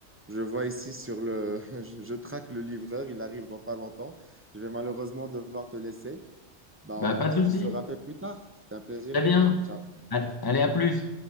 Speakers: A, on the right; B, on the left.
A: Je vois ici sur le... <laughs> Je, je traque le livreur, il arrive dans pas longtemps. Je vais malheureusement devoir te laisser. Bah,
B: Bah,
A: on
B: pas
A: on-
B: de souci.
A: on se rappelle plus tard. C'était un plaisir.
B: Très bien.
A: Ciao.
B: A- Allez, à plus.